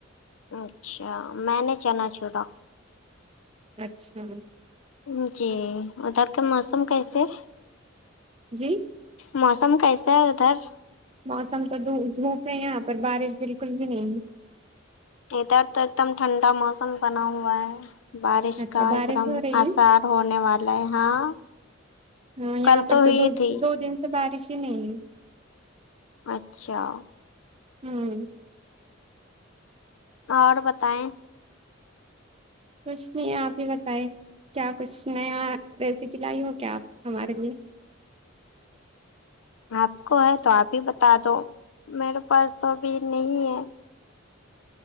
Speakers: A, on the left; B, on the right.
A: اچھا میں نے چنا چھوٹا
B: اچھا
A: امم جی ادھر کے موسم کیسے ہے
B: جی
A: موسم کیسا ہے ادھر
B: موسم تو د دھوپ ہے یہاں پر بارش بالکل بھی نہیں ہے
A: ادھر تو ایک دم ٹھنڈا موسم بنا ہوا ہے بارش
B: اچھا
A: کا
B: بارش
A: ایک دم
B: ہو رہی
A: آثار
B: ہے
A: ہونے والا ہے ہاں
B: ہاں
A: کل
B: یہاں پر
A: تو ہوی
B: دو
A: ہی تھی
B: دو دن تو بارش ہی نہیں ہے
A: اچھا
B: امم
A: اور بتائیں
B: کچھ نہیں آپ ہی بتائیں کیا کچھ نیا ریسیپی لائی ہو کیا آپ ہمارے لیے
A: آپ کو ہے تو آپ ہی بتا دو میرے پاس تو ابھی نہیں ہے